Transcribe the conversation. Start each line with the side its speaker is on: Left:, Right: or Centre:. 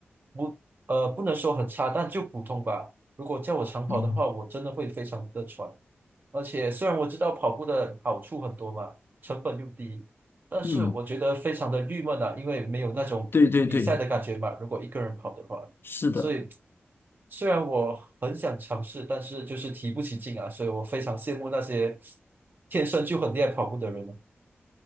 Right: 不，呃，不能说很差，但就普通吧。如果叫我长跑的话，
Left: 嗯，
Right: 我真的会非常的喘。而且虽然我知道跑步的好处很多嘛，成本又低，但是我觉得非常的郁闷啊，
Left: 嗯，
Right: 因为没有那种比赛的感觉嘛。
Left: 对对对，
Right: 如果一个人跑的话，
Left: 是的。
Right: 所以虽然我很想尝试，但是就是提不起劲啊，所以我非常羡慕那些天生就很厉害跑步的人啊。